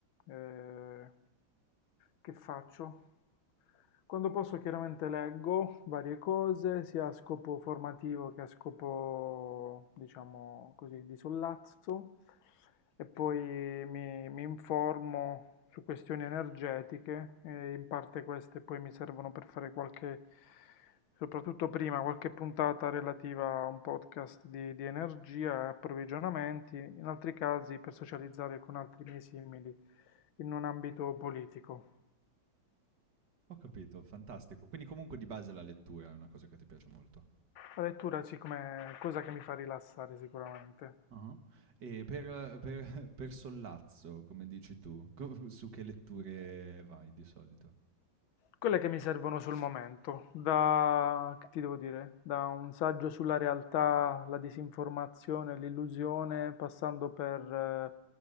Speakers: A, on the left; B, on the right.
A: eh, che faccio? Quando posso chiaramente leggo varie cose, sia a scopo formativo che a scopo, diciamo così, di sollazzo, e poi mi, mi informo su questioni energetiche, e in parte queste poi mi servono per fare qualche, soprattutto prima, qualche puntata relativa a un podcast di, di energia e approvvigionamenti, in altri casi per socializzare con altri miei simili in un ambito politico.
B: Ho capito, fantastico. Quindi comunque di base la lettura è una cosa che ti piace molto.
A: La lettura sì, come cosa che mi fa rilassare sicuramente.
B: Ah. E per, per- <laughs> per sollazzo, come dici tu, co- su che letture vai di solito?
A: Quelle che mi servono sul momento, da, che ti devo dire, da un saggio sulla realtà, la disinformazione, l'illusione, passando per